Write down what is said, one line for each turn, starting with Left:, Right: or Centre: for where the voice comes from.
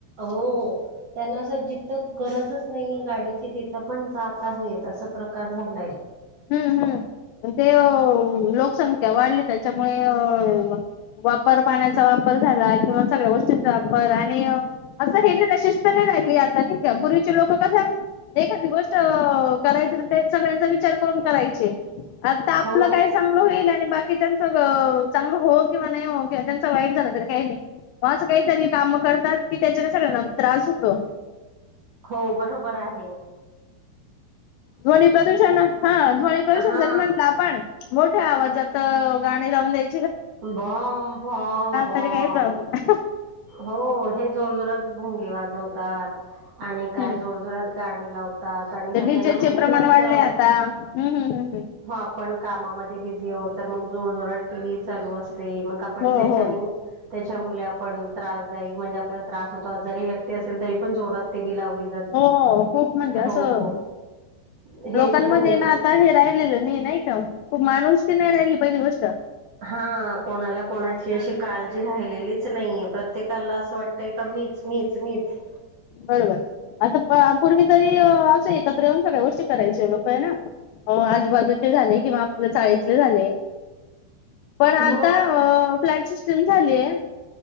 Right: हो त्यांना असं जिथं गरजच नाहीये गाडीची तिथं पण जाता बि येता असं प्रकार झालाय.
Left: हम्म हम्म तर ते अ लोकसंख्या वाढली त्याच्यामुळे अ वापर पाण्याचा वापर झाला किंवा सगळ्या गोष्टींचा वापर आणि- असं हे ना शिस्त नाही राहिल आता, पूर्वीचे लोक कस- एखादी गोष्ट करायचं ते सगळ्यांचा विचार- करून करायचे, आता आपल
Right: हो
Left: काय सांग - होईल आणि बाकी त्यांच चांगलं हो किंवा नाही हो किंवा त्यांचा वाईट झालं तरी काही नाही. मग असं काहीतरी काम करतात की, त्याच्याने सगळ्यांना त्रास होतो.
Right: हो, बरोबर आहे.
Left: ध्वनी प्रदूषण हा ध्वनी प्रदूषण
Right: हा
Left: जरी म्हणला- पण मोठ्या आवाजात गाणी लावून द्याय-
Right: बम बम बम
Left: तरी काही प्रॉब्लेम
Right: हो हे जोर जोरात- भोंगे वाजवतात आणि
Left: हम्म
Right: काय जोर जोरात गाणी लावतात. आणि सगळ्यांना
Left: तर डीजेचे
Right: माहिती
Left: प्रमाण
Right: असतं
Left: वाढले आता, हं, हं, हं.
Right: हो आपण कामामध्ये बिझी आहोत, तर मग जोर जोरात टी व्ही चालू असते मग- आपण
Left: हो
Right: त्याच्यानी-
Left: हो
Right: त्याच्यामुळे आपण त्रासदायक म्हणजे, आपल्याला त्रास होतो आजारी व्यक्ती असेल तरी, पण जोरात ते लावली-
Left: हो खूप म्हणजे असं
Right: हो हे
Left: लोकांमध्ये
Right: ्वनीप
Left: ना
Right: <unintelligible>
Left: आता हे राहिलेलं नाही <unintelligible> नाही का, माणूसकी नाही राहिली पहिली गोष्ट.
Right: हा, कोणाला कोणाची अशी काळजी राहिलेलीच नाहीये, प्रत्येकाला असं वाटत- की मीच, मीच, मीच.
Left: बरोबर, आता पूर्वी तरी असं एकत्र येऊन सगळ्या गोष्टी करायच्या लोक आहे ना? हो, आजूबाजूचे झाले किंवा आपल्या चाळीतले झाले. पण
Right: मग
Left: आता प्लँट सिस- <unintelligible> झालीये